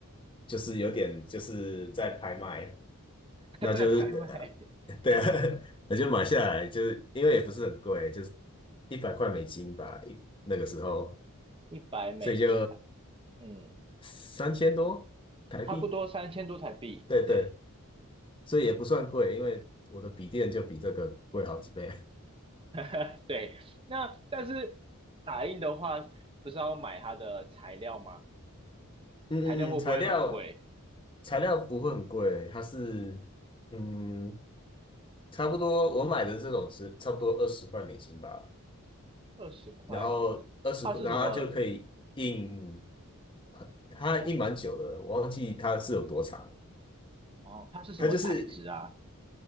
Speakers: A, on the left; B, on the right.
A: 就是有点就是在拍卖。那就是呃，
B: <laughs> 在拍卖
A: <laughs> 对啊，<laughs> 那就买下来，就是因为也不是很贵，就是一百块美金吧，一那个时候，
B: 一百美金还，
A: 所以就
B: 嗯，
A: 三千多台币，
B: 差不多三千多台币。
A: 对对，
B: 对，
A: 所以也不算贵，因为我的笔电就比这个贵好几倍。
B: <laughs> 对。那但是打印的话，不是要买它的材料吗？
A: 嗯嗯嗯，
B: 材料会不会很贵？
A: 材料材料不会很贵，它是嗯差不多我买的这种是差不多二十块美金吧，
B: 二十块，
A: 然后二十块，
B: 它是什么？
A: 然后它就可以印，
B: 嗯，
A: 它印蛮久的，我忘记它是有多长。
B: 哦，它是什么材质啊？
A: 它就是